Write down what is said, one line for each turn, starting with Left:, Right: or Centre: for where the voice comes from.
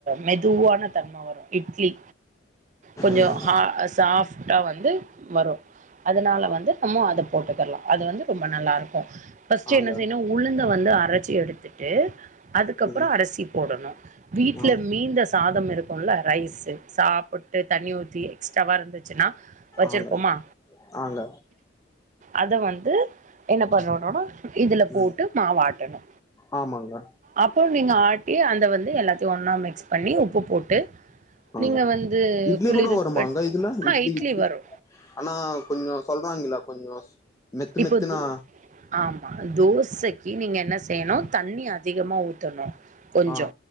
Right: மெதுவான தன்ம வரூ இட்லி கொஞ்சோ
Left: ம்
Right: ஹா சாஃப் ட்டா வந்து வரூ அதனால
Left: ஆ
Right: வந்து நம்ம அத போட்டுக்கர்லா அது வந்து ரொம்ப நல்லா இருக்கூ ஃபஸ்ட்டு
Left: ஆங்க
Right: என்ன செய்ணு உளுந்த வந்து அரச்சு எடுத்துட்டு அதுக்கப்றோ
Left: ம்
Right: அரிசி போடணு வீட்ல
Left: ஆ
Right: மீந்த சாதம் இருக்குல்ல ரைஸு சாப்புட்டு தண்ணி ஊத்தி எக்ஸ்ட்ராவா இருந்துச்சுன்னா வச்சிருப்போமா
Left: ஆங்க ஆங்க
Right: அத வந்து என்ன பண்ணனுனா இதுல போட்டு
Left: ம்
Right: மாவாட்டணு
Left: ஆமாங்க
Right: அப்போ நீங்க ஆட்டி அந்த வந்து எல்லாத்தயு ஒன்னா மிக்ஸ் பண்ணி உப்பு போட்டு
Left: ஆமாங்க
Right: நீங்க வந்து
Left: இட்லி
Right: குளிர்பட்
Left: கூட வருமாங்க இதுல
Right: ஆ
Left: இட்லி இட்லி
Right: வரு
Left: ஆனா கொஞ்சோ சொல்வாங்கில்ல கொஞ்சோ தின்னு
Right: இப்போ
Left: தினா
Right: து ஆமா தோசைக்கி நீங்க என்ன செய்யணு தண்ணி அதிகமா ஊத்தணு கொஞ்சோ
Left: ஆ